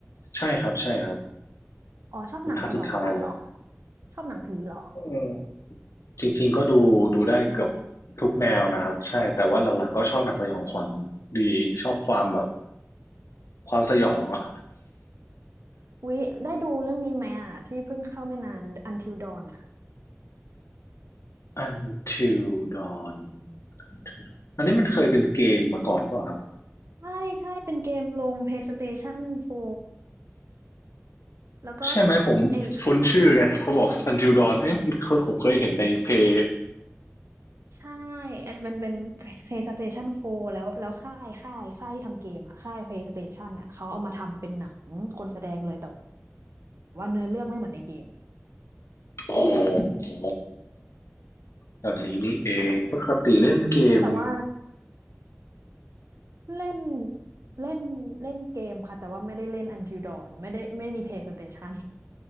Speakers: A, on the left; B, on the right.
A: ใช่ครับใช่ครับ
B: อ๋อชอบหนังสยองขวัญเหรอ
A: เป็นภาคสุดท้ายแล้ว
B: ชอบหนังผีเหรอ
A: เอืจริงๆก็ดูดูได้เกือบทุกแนวนะครับใช่แต่ว่าหลักๆก็ชอบหนังสยองขวัญดีชอบความแบบความสยองอะ
B: วิได้ดูเรื่องนี้ไหมอ่ะที่เพิ่งเข้าไม่นาน Until Dawn อ่ะ
A: Until Dawn Until Dawn อันนี้มันเคยเป็นเกมมาก่อนเปล่าครับ
B: ใช่ใช่เป็นเกมลง PlayStation 4แล้วก็
A: ใช่ไหมผมคุ้นชื่อไงเขาบอก
B: เอย
A: Until Dawn เอ้ยมันเคยผมเคยเห็นในเพย์
B: ใช่เอ้ยมันเป็น PlayStation 4แล้ว แล้วค่ายค่ายค่ายที่ทำเกมอ่ะค่าย PlayStation อ่ะเขาเอามาทำเป็นหนังคนแสดงเลย แต่ว่าเนื้อเรื่องไม่เหมือนในเกม
A: อ๋อแบบนี้นี่เองปกติเล่นเกม
B: แต่ว่า เล่นเล่นเล่นเกมค่ะแต่ว่าไม่ได้เล่น Until Dawn ไม่ได้ไม่มี PlayStation